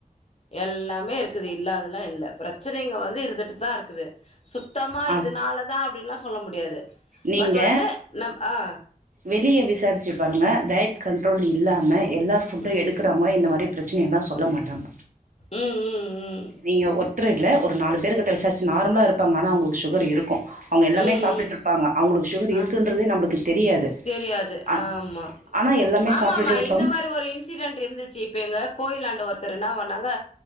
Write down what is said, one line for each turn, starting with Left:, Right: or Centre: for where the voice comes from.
Left: எல்லாமே இருக்குது இல்லாதெல்லா இல்ல பிரச்சனைங்க வந்து இருந்துட்டுதா இருக்குது சுத்தமா
Right: ஆ
Left: இதுனால தா அப்டின்லா சொல்ல முடியாது
Right: நீங்க
Left: பட் வந்து நம் ஆ
Right: வெளிய விசாரிச்சு பாருங்க டயட் கண்ட்ரோல் இல்லாம எல்லா ஃபுட்டு
Left: ம்
Right: எடுக் க்கிறவ்ங்க இந்த மாரி பிரச்சனையெல்லா சொல்ல மாட்டாங்க
Left: ம் ம் ம்
Right: நீங்க ஒர்த்தரு இல்ல ஒரு நாலு பேருக்கிட்ட விசாரிச்சு நார்மலா இருப்பாங்க ஆனா அவ்ங்களுக்கு சுகர் இருக் கு அவங்ஙக எல்லாமே
Left: ம்
Right: சாப்டடுட்ருப்பாங்க
Left: ம்
Right: அவ்ங்களுக்கு சுகர்
Left: ஆ
Right: இருக்குன்றதே நம்மளுக்கு தெரியாது
Left: தெரியாது
Right: ஆ
Left: ஆமா
Right: ஆனா எல்லாமே
Left: ஆமாம்மா
Right: சாப்ட்டுட்டு இருப்பாங்க
Left: இந்த மாரி ஒரு இன்ஸ் சிடெண்ட் இருந்துச்சு இப்ப எங்க கோயிலாண்ட ஒருத்தர் என்ன பண்ணாங்க